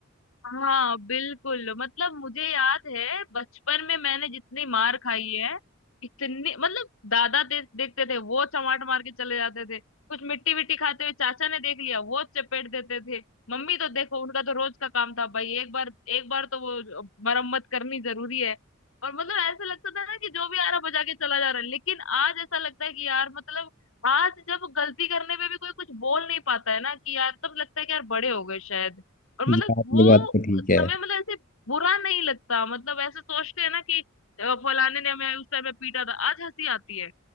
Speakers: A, on the left; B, on the left.
A: हाँ बिल्कुल मतलब मुझे याद है बचपन में मैंने जितनी मार खाई है इतनी मतलब दादा दे, देखते थे वो चमाट मार के चले जाते थे कुछ मिट्टी विट्टी खाते हुए चाचा ने देख लिया वो चपेट देते थे मम्मी तो देखो उनका तो रोज का काम था भाई एक बार एक बार तो वो मरम्मत करनी जरूरी है और मतलब ऐसा लगता था ना कि जो भी आ रहा बजा के चला जा रहा है लेकिन आज ऐसा लगता है कि यार मतलब आज जब गलती करने पे भी कोई कुछ बोल नहीं पाता है ना कि यार तब लगता है कि यार बड़े हो गए शायद और
B: यार
A: मतलब वो
B: ये बात तो ठीक
A: उस समय
B: है
A: मतलब ऐसे बुरा नहीं लगता मतलब ऐसे सोचते हैं ना कि अ, फलाने ने हमें उस समय पीटा था आज हंसी आती है